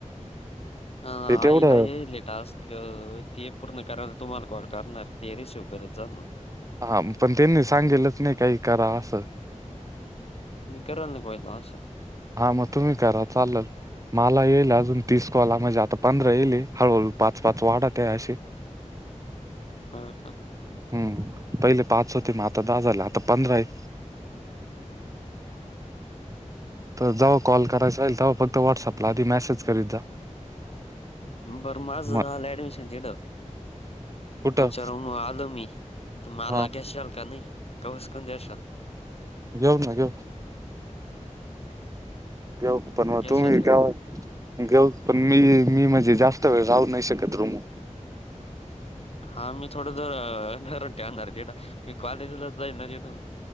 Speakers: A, on the left; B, on the right.
A: हा
B: ते तेवढं
A: आईला येले टास्क. क ते पूर्ण करायला तुम्हाला कॉल करणार ते रिसीव करीत जा ना.
B: हा पण त्यांनी सांगितलंच नाही काही करा असं.
A: मी करल ना कॉइल असं.
B: हा मग तुम्ही करा चालल. मला येईल अजून तीस कॉला म्हणजे आता पंधरा येईल हळूहळू पाच पाच वाढत आहे असे. <inaudible>
A: हो का.
B: हम् पहिले पाच होते मग आता दहा झाले आता पंधरा आहे. तर जव्हा कॉल करायचा होईल तेव्हा फक्त व्हॉट्सअपला आधी मेसेज करीत जा.
A: बरं माझं
B: मग
A: झालं ऍडमिशन तिड.
B: कुठं
A: तुमच्या रूम आलो मी तर माला
B: हा
A: घ्याशल का नाही वसकून द्याशल.
B: घेऊ ना घेऊ. घेऊ पण मग
A: घेशाल
B: तुम्ही
A: का?
B: ठेवाव. घेऊ पण मी मी म्हणजे जास्त वेळ राहू नाही शकत रुम वर.
A: हा मी थोडं जरर ठवणार जरा. मी कॉलेजला जाईणार ये न